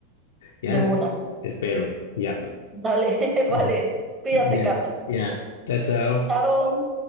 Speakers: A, on the left; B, on the right.
A: Ya,
B: de una.
A: te te espero, ya, pues.
B: Vale, <laughs>
A: Ujú.
B: vale. Cuídate,
A: Ya,
B: Carlos.
A: ya. Chao, chao.
B: Chao.